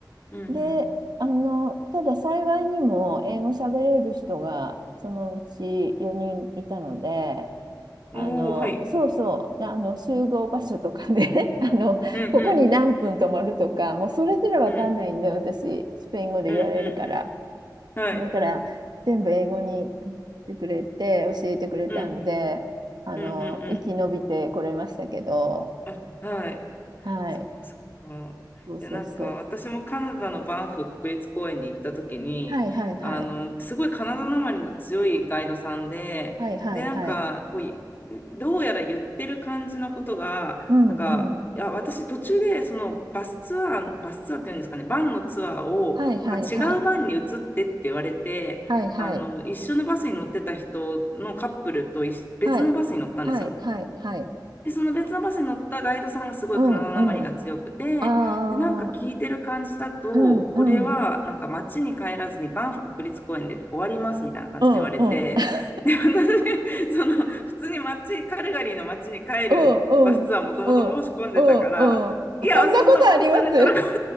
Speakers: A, on the left (about 30°); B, on the right (about 70°).
A: うん
B: で、あの、ただ幸いにも英語喋れる人がそのうち4人いたので、あの、
A: うん。おー、はい。
B: そうそう、あの、集合場所とかね、<laughs> あの、
A: うんうん
B: ここに何分泊まるとか、もうそれすらわかんないんで、
A: うん。
B: 私、スペイン語で言われるから。
A: うんうんうん。はい。
B: だから、全部英語にあの言ってくれて、教えてくれたんで、
A: うん
B: あの、
A: うんうんうん。
B: 生き延びてこれましたけど、
A: あ、はい。
B: はい、
A: そっかそっか。
B: そうそうそう。
A: いや、なんか私もカナダのバンフ国立公園に行った時に、
B: はいはいはい。
A: あの、すごいカナダなまりの強いガイドさんで、
B: はいはいはい。
A: で、なんかこうい、どうやら言ってる感じのことが、
B: うんうん
A: なんか、いや、私途中でそのバスツアー、バスツアーっていうんですかね、バンのツアーを、
B: はいはいはい。
A: なんか違うバンに移ってって言われて、
B: はいはい。
A: あの、一緒のバスに乗ってた人のカップルと一緒別のバスに乗ったんですよ。
B: はい。はいはいはい。
A: で、その別のバスに乗ったガイドさんがすごいカナダなまりが強くて、
B: うんうん。ああ、
A: で、なんか聞いてる感じだと、
B: うんうん。
A: これはなんか街に帰らずにバンフ国立公園で終わりますみたいな感じで言われて、
B: うんうん。<laughs>
A: で、私、その普通に街、カルガリーの街に帰るバスツアーもともと申し込んでたから、
B: うんうん。うんうんうん。
A: いや、
B: そんなことあります
A: そんな降ろされたら、
B: <laughs>
A: <laughs> そ